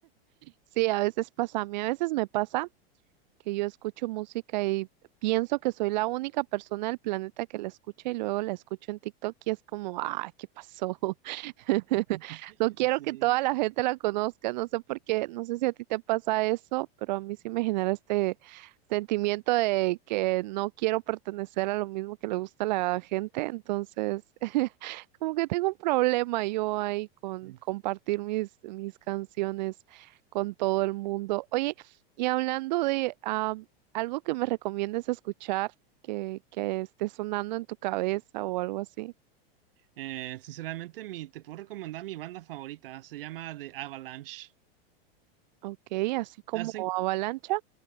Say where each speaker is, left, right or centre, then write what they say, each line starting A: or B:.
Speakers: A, on the right; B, on the right.
A: Sí, a veces pasa, a mí a veces me pasa que yo escucho música y pienso que soy la única persona del planeta que la escucha y luego la escucho en TikTok y es como, ah, ¿qué pasó? <laughs>
B: <laughs>
A: No quiero que toda la gente la conozca, no sé por qué, no sé si a ti te pasa eso, pero a mí sí me genera este sentimiento de que no quiero pertenecer a lo mismo que le gusta a la gente, entonces <laughs> como que tengo un problema yo ahí con
B: Sí.
A: compartir mis, mis canciones con todo el mundo. Oye, y hablando de am, algo que me recomiendes escuchar, que, que esté sonando en tu cabeza o algo así.
B: Eh, sinceramente, mi, te puedo recomendar mi banda favorita. Se llama The Avalanche.
A: Ok, así como
B: Hacen,
A: avalancha.